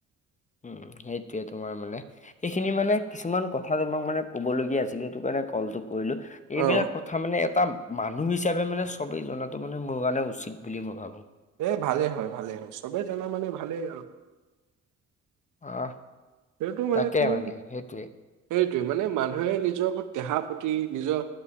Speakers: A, on the left; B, on the right.
A: উম সেইটোয়ে তোমাৰ মানে সেইখিনি মানে কিছুমান কথা তোমাক মানে কবলগীয়া আছিলে সেইটো কাৰণে, কলটো কৰিলো এইবিলাক
B: অ
A: কথা মানে এটা মানুহ হিচাপে মানে চবেই জনাটো মানে মোৰ কাৰণে উচিত বুলি মই ভাবো।
B: এই ভালে হয় ভালে হয় চবেই জানা মানে ভালেই আৰু
A: আহ,
B: সেইটো মানে
A: তাকে
B: তুমি
A: সেইটোৱে।
B: সেইটো মানে মানুহে নিজৰ দেহা প্ৰতি নিজৰ